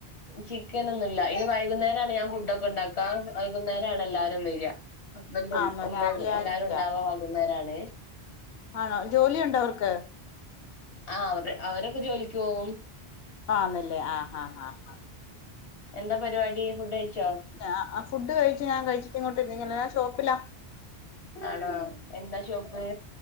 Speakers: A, on the left; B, on the left.
A: ചിക്കനൊന്നും ഇല്ല. ഇനി വൈകുന്നേരാണ് ഞാൻ ഫുഡൊക്കെ ഇണ്ടാക്ക്. ആഹ് വൈകുന്നേരാണ് എല്ലാരും വര. ഹസ്ബൻറും
B: ആന്നോ
A: ഉമ്മേം
B: രാവിലെ ആരുല്ല
A: എല്ലാരും ഇണ്ടാവ വൈകുന്നേരാണ്.
B: ആണോ ജോലിയുണ്ടോ അവർക്ക്?
A: ആഹ് അവര് അവരൊക്കെ ജോലിക്ക് പോവും.
B: ആന്ന്ലേ ആഹ് ഹാ ഹാ ഹാ.
A: എന്താ പര്വാടി ഫുഡ്ഡഴിച്ചോ?
B: ഞാ ആഹ് ഫുഡ് കഴിച്ച് ഞാൻ കഴിച്ചിട്ട് ഇങ്ങോട്ട് നീങ്ങളാ, ഞാ ഷോപ്പിലാ.
A: ആണോ എന്താ ഷോപ്പ്?